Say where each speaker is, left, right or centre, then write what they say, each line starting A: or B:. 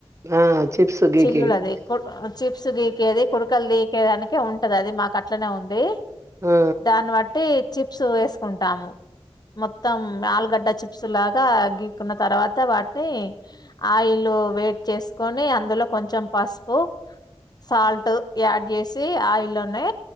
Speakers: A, on the right; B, on the left.
A: ఆ చిప్స్ గీకేగ
B: చిల్లులు
A: <unintelligible>
B: అది చిప్స్ గీకేది కుడకలు గీకేదానికే ఉంటది అది మాకు అట్లనే ఉంది
A: ఆ
B: దాన్ని వట్టి చిప్స్ వేసుకుంటాము మొత్తం ఆలుగడ్డ చి ప్స్ లాగా గీక్కున్న తర్వాత వాటిని ఆయిల్ వేడి చేసుకొని అందులో కొంచెం పసుపు సాల్ట్ యాడ్ చేసి ఆయిల్లోనే